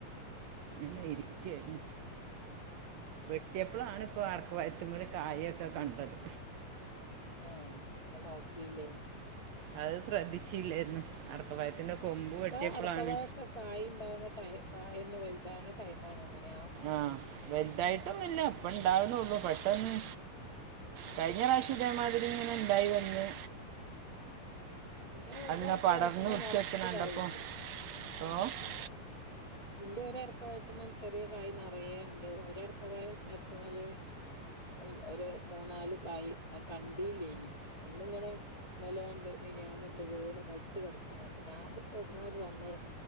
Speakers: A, on the right (about 80°); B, on the left (about 15°).
A: ങ്ങനെ ഇരിക്കുവേരുന്നു
B: ഓ
A: വെട്ടിയപ്പളാണ് ഇപ്പോ ആർക്ക് വരുത്തുമല് കായയൊക്കെ കണ്ടത്
B: ആ അപ്പ നോക്കിയില്ലേ
A: അത് ശ്രദ്ധിച്ചില്ലാര്ന്നു അടക്കപായത്തിന്റെ കൊമ്പ്
B: ഇപ്പൊ
A: വെട്ടിയപ്പളാണ്
B: അടക്കവാഴൊക്കെ കായ് ഉണ്ടാവുന്ന ടൈ കായന്ന് വല്താവുന്ന ടൈം ആണോണ്ട് ഞാ
A: ആഹ് വെല്തായ്ട്ടൊന്നില്ല ഇപ്പ ഇണ്ടാവുന്നുള്ളു പെട്ടെന്ന് കഴിഞ്ഞ പ്രാവശ്യം ഇതേമാതിരി ഇങ്ങനെ ഇണ്ടായി വന്നു
B: എന്റെ ഒരു
A: അല്ലാ
B: അടക്കവാഴത്തുമ്മെ
A: പടർന്ന് മുറ്ചെക്കണ
B: നിറച്ച്
A: കണ്ടപ്പൊ
B: കായുണ്ട്
A: <unintelligible>
B: ഇന്റെ ഒരടക്ക വയത്തുമ്പോ ചെറിയ കായ നറയെ ഇണ്ട് ഒരടക്ക പയ എത്ത്പല് ഉം ഒര് മൂന്നാല് കായ് ആ കണ്ടില്ലേനി ഒന്നിങ്ങനെ ഇന്നലെയണ്ട് മിനിയാന്നിണ്ട് വീണ് നെൽത് കെടക്കണ അപ്പ ഞാ നിപതാവ്ടന്നാ വന്ന്